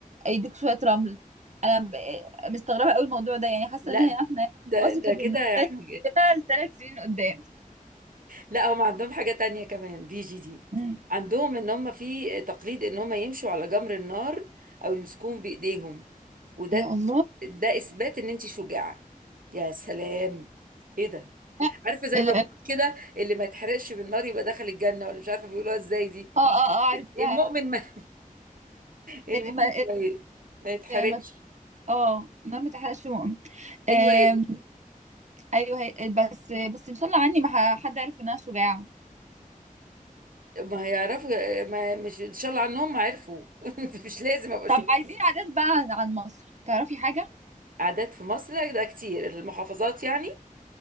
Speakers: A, on the right; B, on the right.
A: يدوك شوية رمل انا ب- مستغربة قوي الموضوع ده يعني حاسة
B: لا
A: ان هي- احنا هنا في
B: ده
A: مصر
B: ده
A: كانت
B: كده
A: النكت
B: احنا
A: كده لثلاث سنين قدام
B: لا هم عندهم حاجة تانية كمان بي جي دي
A: مم.
B: عندهم ان هم في تقليد ان هم يمشوا على جمر النار او يمسكوهم بايديهم وده
A: يا الله
B: ده اثبات ان انت شجاعة يا سلام ايه ده
A: لا،
B: عارفة زي
A: ال-
B: ما بيقول
A: ال-
B: كده اللي ما يتحرقش بالنار يبقى دخل الجنة ولا مش عارفة بيقولوها ازاي دي
A: اه اه اه عرفتها
B: المؤمن ما <laughs> المؤمن
A: ال- ما
B: ما ي- ما يتحرقش
A: ال- ما- اه النار ما تحرقش آم،
B: ايوه هي دي.
A: ايوه هي- بس بس ان شاء الله عني ما ح- حد عارف ان انا شجاعه
B: ما هيعرفوا ما مش ان شاء الله عنهم ما عرفوا <laughs> مش لازم ابقى
A: طب
B: شجاعة
A: عايزين عادات بقى عن عن مصر تعرفي حاجه
B: عادات في مصر لا، ده كتير المحافظات يعني